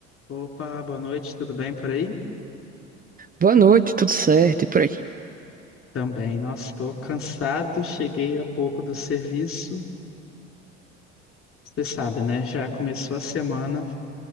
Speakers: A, on the left; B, on the right.
A: Opa, boa noite, tudo bem por aí?
B: Boa noite, tudo certo e por aí.
A: Também, nossa, estou cansado, cheguei há pouco do serviço. Você sabe, né? Já começou a semana,